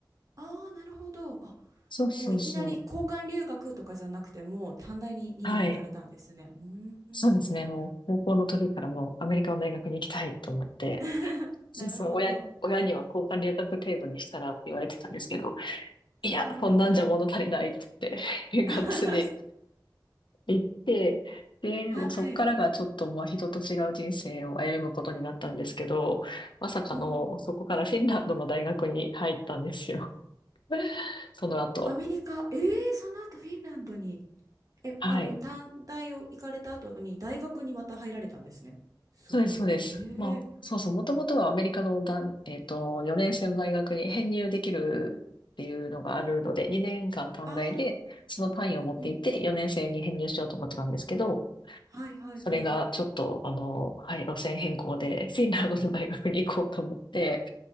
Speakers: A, on the right (about 45°); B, on the left (about 75°).
A: ああ、なるほど。あ、
B: そうそうそう。
A: もういきなり交換留学とかじゃなくて、もう短大に2年行かれたんですね。
B: はい。
A: うーん、
B: そうですね。
A: すごい。
B: もう高校の時からもうアメリカの大学に行きたいと思って、
A: <laughs>
B: そうそう、
A: なるほど。
B: 親、親には交換留学程度にしたらって言われてたんですけど、いや、
A: うんうんうんうん。
B: そんなんじゃ物足りないって言って、<laughs>
A: <laughs>
B: がっつり行って、で、
A: はい。
B: もうそっからがちょっと、まあ、人と違う人生を歩むことになったんですけど、まさかの、
A: うん。
B: そこからフィンランドの大学に入ったんですよ。<laughs> その後。
A: アメリカ、ええーその後フィンランドに。え、
B: はい。
A: あの、短大を行かれた後に大学にまた入られたんですね。すごい。
B: そうです、そうです。
A: へえ。
B: まあ、そうそう、もともとはアメリカのだん、えっと、4年生の大学に <laughs> 編入できるっていうのがあるので、2年間短大で、
A: ああ、
B: その単位を持っていて、
A: うんうん。
B: 4年生に編入しようと思ってたんですけど、
A: はいはいはい。
B: それがちょっと、あの、はい、路線変更で、フィンランドの大学に行こうと思って、